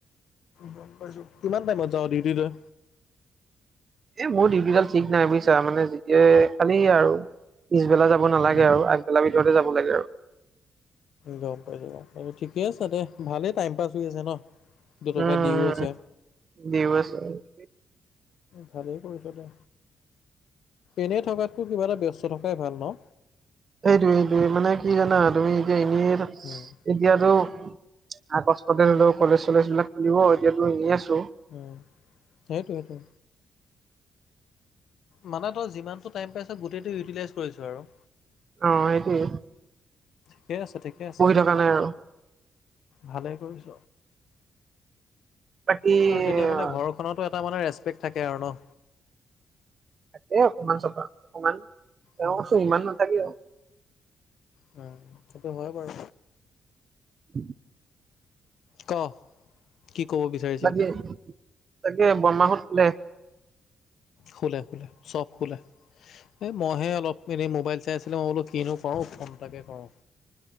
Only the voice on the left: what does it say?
গম পাইছোঁ। কিমান টাইমত যাওঁ ডিউটিলৈ?
উম
গম পাইছোঁ ঠিকে আছে দে। ভালেই টাইম পাছ হৈ আছে ন, দুটকা
দিও আছে?
ভালেই কৰিছ দে। এনেই থকাতকৈ কিবা এটা ব্যস্ত থকাই ভাল ন?
উম।
উম, সেইটোৱে-সেইটোৱে। মানে তই যিমানটো টাইম পাইছ গোটেইটো ইউটিলাইজ কৰিছ আৰু।
ঠিকেই আছে-ঠিকে আছে,
ভালেই কৰিছ।
আৰু তেতিয়া
মানে ঘৰখনতো এটা মানে ৰেচপেক্ট থাকে আৰু ন?
উম
হয় সেইটো হয় বাৰু।
ক? কি ক'ব বিচাৰে?
হুলে-হুলে চব হুলে। এই মইহে অলপ এনেই মোবাইল চাই আছিলোঁ মই বোলোঁ কিনো কৰোঁ, ফোনটাকে কৰোঁ।